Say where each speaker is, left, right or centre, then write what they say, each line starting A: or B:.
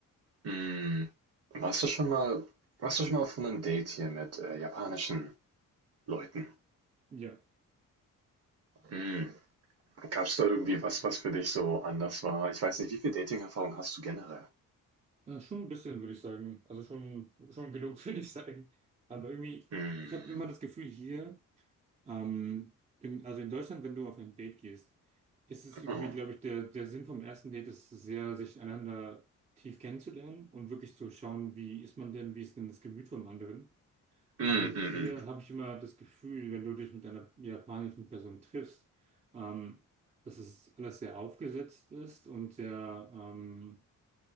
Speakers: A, on the right; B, on the right.
A: Hm. Warst du schon mal, warst du schon mal auf einem Date hier mit äh, japanischen Leuten?
B: Ja,
A: Hm. Gab es da irgendwie was, was für dich so anders war? Ich weiß nicht, wie viel Dating-Erfahrung hast du generell?
B: äh, schon ein bisschen, würde ich sagen. Also schon, schon genug, <laughs> würde ich sagen. Aber irgendwie,
A: Hm.
B: ich habe immer das Gefühl hier, Ähm, in, also in Deutschland, wenn du auf ein Date gehst, ist es irgendwie,
A: Oh.
B: glaube ich, der, der Sinn vom ersten Date ist es sehr, sich einander tief kennenzulernen und wirklich zu schauen, wie ist man denn, wie ist denn das Gemüt vom anderen.
A: Hm,
B: Aber hier
A: hm, hm.
B: habe ich immer das Gefühl, wenn du dich mit einer japanischen Person triffst, ähm, dass es alles sehr aufgesetzt ist und sehr, ähm,